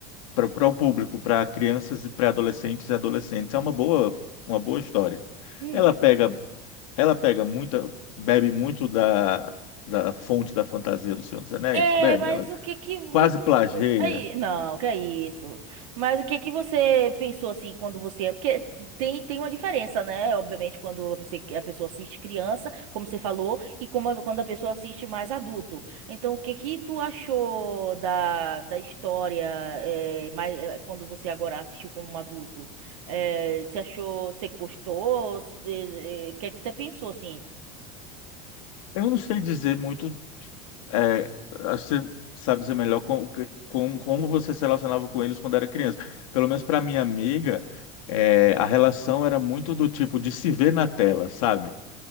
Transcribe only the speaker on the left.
para o público, para crianças e pré-adolescentes e adolescentes. É uma boa uma boa história.
Ela pega ela pega muita bebe muito da da fonte da fantasia do Senhor dos Anéis,
bebe,
ela
quase
plageia.
Eu não sei dizer muito, é, acho que você sabe dizer melhor com, com, como você se relacionava com eles quando era criança. Pelo menos para minha amiga, é, a relação era muito do tipo de se ver na tela, sabe?